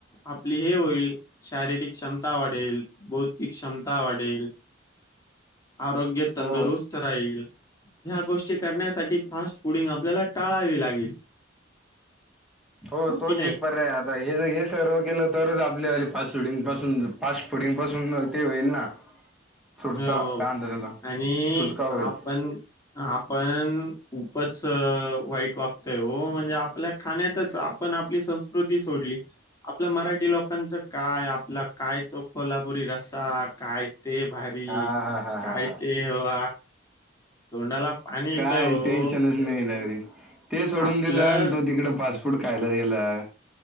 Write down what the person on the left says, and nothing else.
आपली हे होईल शारीरिक क्षमता वाढेल बौ. ती क्षमता वाढेल. आरोग्य तंदुरुस्त
राहील ह्या गोष्टी करण्यासाठी फास्. पुडिंग आपल्याला टाळावी लागेल.
की नाही?
हो हो
आणि
आपण आपण. खूपच वाईट वागतय म्हणजे आपल्या खाण्यात आपण आपली संस्कृती. सोडली आपल्या मराठी लोक. च काय आपला काय तो कोो्हापुरी रसा काय ते. भारी
काय
ते व तोंडाला पाणी येतंय
हो.
आपलं